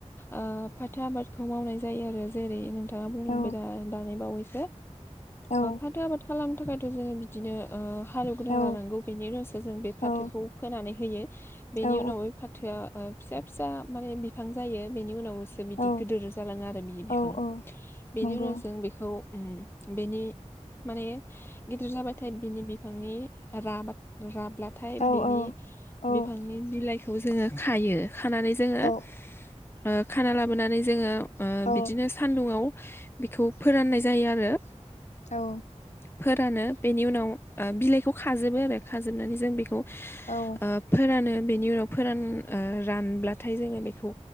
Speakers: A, on the left; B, on the left.
A: ओ फाथो आबादखौ मावनाय जायो आरो जेरै नोंथां नाङा बुंलांबाय
B: औ
A: दा दानि बावैसो
B: औ
A: फाथो आबाद खालाम थाखायथ जोङो बिदिनो हालेवग्रोना
B: औ
A: लानांगौ। नि उनसो जों बे फाथोखौ
B: औ
A: फोनानै होयो बेनि
B: औ
A: उनाव बे फाथोआ फिसा फिसा माने बिफां जायो बेनि उनाव बिदि
B: औ
A: गिदिर जालाङो आरो बि बिफाङा
B: औ औ
A: बेनि
B: नंगौ
A: उनाव जों बेखौ उ बेनि माने गिदिर जाबाथाय बिनि बिफांनि रा बा राब्लाथाय
B: औ
A: बेनि
B: औ औ
A: बिफांनि बिलाइखौ जोङो खायो खानानै जोङो
B: औ
A: ओ खाना लाबोनानै जोङो ओ
B: औ
A: बिदिनो सान्दुंआव बेखौ फोराननाय जायो आरो।
B: औ।
A: फोरानो बेनि उनाव बिलाइखौ खाजोबो आरो खाजोबनानै जों बेखौ ओ
B: औ
A: फोरानो बेनि उनाव फोरान ओ रानब्लाथाय जोङो बेखौ